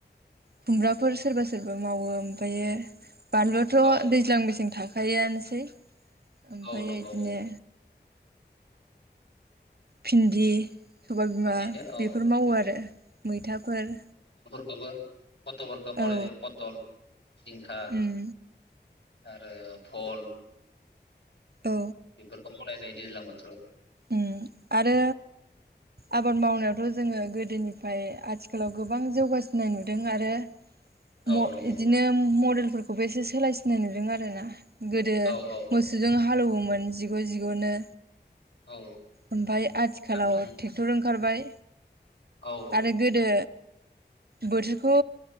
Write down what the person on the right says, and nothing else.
खुमब्राफोर सोरबा सोरबा मावो ओमफायो बानलुआथ'
दैज्लां मेसें था थायो आनोसै ओमफायो
इदिनो
भिन्दि सबाय बिमा
बेफोर
मावो आरो मैथाफोर
औ
उम
औ
उम आरो आबाद मावनायावथ' जोंङो गोदोनिफ्राय आथिखालाव गोबां जौगासिननाय नुदों आरो म
इदिनो बो एसे सोलायसिननाय नुदों आरो ना गोदो
मोसौजों हालौवोमोन जिग' जिग'नो
ओमफाय आथिखालाव
टेक्टर ओंखार बाय
आरो गोदो बोथोरखौ